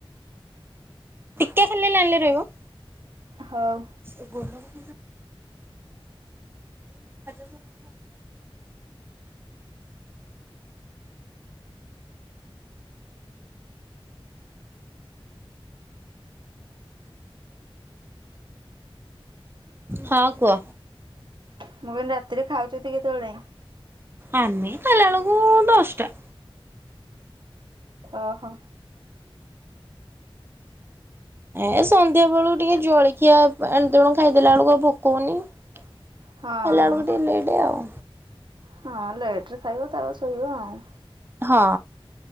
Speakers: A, on the right; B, on the right.
A: ଟିକେ ଖାଲି ଲାଇନ ରେ ରହିବ।
B: ହଉ
A: ସେ <unintelligible> <unintelligible> ହଁ କୁହ।
B: ମୁଁ କହିନି ରାତିରେ ଖାଉଚ କେତେବେଳେ?
A: ଆମେ କାଇଲା ବେଳକୁ ଦଷ୍ଟା।
B: ଓହୋ।
A: ଏ ସନ୍ଧ୍ୟା ବେଳକୁ ଟିକେ ଜଳଖିଆ ଏଣ ତେଣୁ ଖାଇଦେଲା ବେଳକୁ ଆଉ ଭୋକ କଉନି। ଖାଇଲା
B: ହଁ।
A: ବେଳକୁ ଟିକେ ଲେଟ ଆଉ।
B: ହଁ ଲେଟରେ ଖାଇବ ତାପରେ ଶୋଇବ ଆଉ।
A: ହଁ।